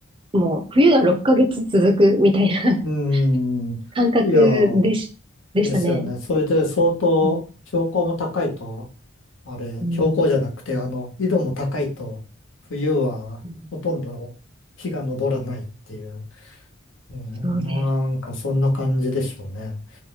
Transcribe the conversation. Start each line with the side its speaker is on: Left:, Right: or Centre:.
Right: う。もう、冬が6ヶ月続くみたいな <laughs>
Left: うん、
Right: 感覚でし、
Left: いやー、
Right: でしたね。
Left: ですよね。それで相当標高も高いと、
Right: うん。
Left: あれ、
Right: うん、
Left: 標高じゃなくて、あの、緯度も高いと、冬はほとんど日が昇らないっていう、
Right: うん
Left: うん、
Right: そうです。
Left: なんかそんな感じでしょうね。